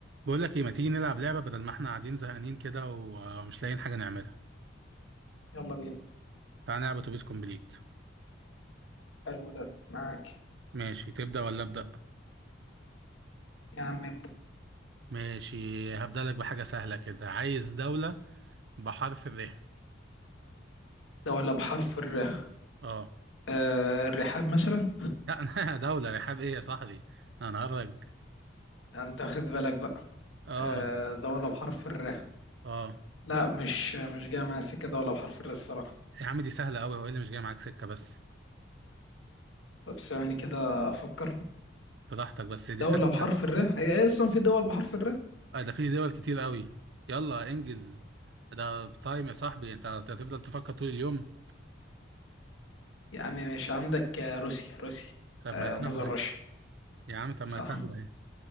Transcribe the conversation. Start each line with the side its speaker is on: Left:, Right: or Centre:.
Right: بقول لك ايه ما تيجي نلعب لعبة بدل ما احنا قاعدين زهقانين كده ومش لاقيين حاجة نعملها
Left: يلا بينا
Right: تعال نلعب اتوبيس كومبليت
Left: حلو ده معاك
Right: ماشي تبدأ ولا أبدأ
Left: يا عم ابدأ
Right: ماشي هبدأ لك بحاجة سهلة كده عايز دولة بحرف الر
Left: دولة بحرف الر
Right: اه
Left: آه الرحاب مثلا
Right: لا انا <laughs> دولة رحاب ايه يا صاحبي انا هرج
Left: انت واخد بالك بقى
Right: اه
Left: آه دولة بحرف الر
Right: اه
Left: لا مش مش جاية معايا سكة دولة بحرف الر الصراحة
Right: يا عم دي سهلة قوي هو إيه اللي مش جاي معاك سكة بس
Left: طب ثواني كده افكر
Right: براحتك بس دي
Left: دولة
Right: سهلة
Left: بحرف الر هي هي اصلا في دول بحرف الر
Right: اه ده في دول كتير قوي يلا انجز ده تايم يا صاحبي انت هتفضل تفكر طول اليوم
Left: يا عم ماشي عندك آه، روسيا روسيا
Right: طب
Left: آه
Right: ما هي سهلة
Left: مصدر
Right: ايه
Left: روسيا
Right: يا عم طب
Left: صح
Right: ما هي سهلة ايه.